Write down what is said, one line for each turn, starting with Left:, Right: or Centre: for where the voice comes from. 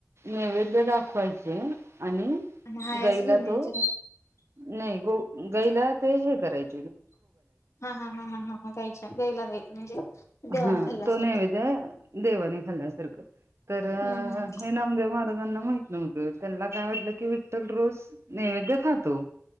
Right: नैवेद्य दाखवायचे. आणि
Left: आणि हायाच
Right: गाईला
Left: घेऊन
Right: तो
Left: यायचं
Right: नाही गो गाईला ते हे करायचं.
Left: हा, हा, हा, हा गाईच्या गाईला द्यायचं म्हणजे. देवान
Right: हा
Left: खाल्ल्यासारखं
Right: तो नैवेद्य देवा खाल्या सारखं. तर
Left: हम्म हम्म
Right: हे नामदेव महाराजांना माहित नव्हत. त्यांना काय वाटलं की विठ्ठल रोज नैवेद्य खातो.